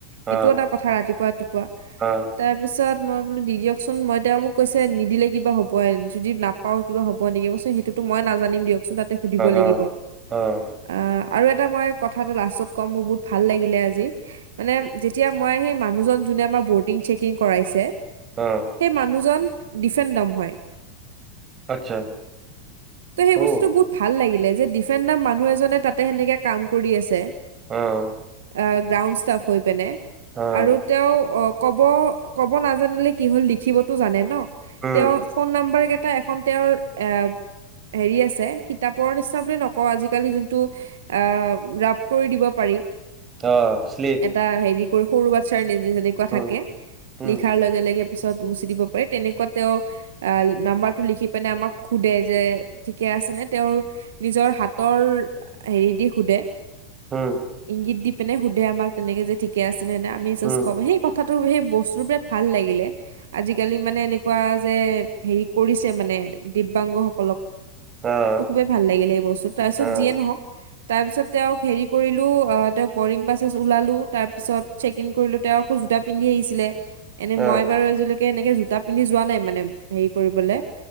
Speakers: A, on the right; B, on the right.
A: অ',
B: এইটো এটা কথা ৰাতিপুৱা ৰাতিপুৱা
A: অ',
B: তাৰপিছত মই বোলো দি দিয়কচোন মই তেওঁ মোক কৈছে নিদিলে কিবা হ'ব আ যদি নাপ অ কিবা হব নেকি মই কৈছো ‌সেইটো মই নাজানিম দিয়কচোন তাত সুধিব লাগিব
A: অ'। অ',
B: আ আৰু এটা মই কথাটো লাষ্টত কম মোৰ বহুত ভাল লাগিলে আজি মানে যেতিয়া মই সেই মানুহজন যোনে আমাৰ বডিং চেকিং কৰাইছে
A: অ
B: সেই মানুহজন ডিচেনডম হয়
A: আচ্ছা,
B: ত সেই
A: অ',
B: বস্তুটো বহুত ভাল লাগিলে যে ডিফেনডম মানুহ এজনে তাতে সেনেকে কাম কৰি আছে
A: অ
B: অ গ্ৰাউণ্ড ষ্টাফ হৈ পিনে
A: অ',
B: আৰু তেওঁ কব ক'ব নাজানিলে কি হ'ল লিখিবতো জানে ন
A: উম,
B: তেওঁৰ ফোন নাম্বাৰ কেইটা এখন তেওঁৰ এ হেৰি আছে কিতাপৰ নিচিনা বুলি নকওঁ আজিকালি যোনটো অ ৰাপ কৰি দিব পাৰি
A: অ শ্লিপ
B: এটা হেৰি কৰি সৰু বাচ্ছাই যেন যেনেকুৱা
A: উম,
B: থাকে
A: উম।
B: লিখাৰ লগে লগে পিছত মুচি দিব পাৰে তেনেকুৱা তেওঁ আহ নাম্বাৰটো লিখি পিনে আমাক সোধে যে ঠিকে আছে নে তেওঁৰ নিজৰ হাতৰ হেৰি দি সোধে
A: উম
B: ইংগিত দি পিনে সুধে আমাক তেনেকে যে ঠিকে আছে নে আমি জাষ্ট
A: উম,
B: ক'ম সেই কথাটো সেই বস্তু বিলাক ভাল লাগিলে আজিকালি মানে এনেকুৱা যে হেৰি কৰিছে মানে দিব্যাংগ সকলক
A: অ',
B: ত খুবেই ভাল লাগিলে এই বস্তু তাৰপিছত
A: অ',
B: যিয়ে নহক তাৰ পিছত তেওঁক হেৰি কৰিলো অ তেওঁক বৰিং পাছেছ ওলালো তাৰপিছত চেকইন কৰিলো তেওঁ আকৌ জোতা পিন্ধি আহিছিলে এনে
A: অ', অ',
B: মই বাৰু আজিলৈকে এনেকে জোতা পিন্ধি যোৱা নাই মানে হেৰি কৰিবলে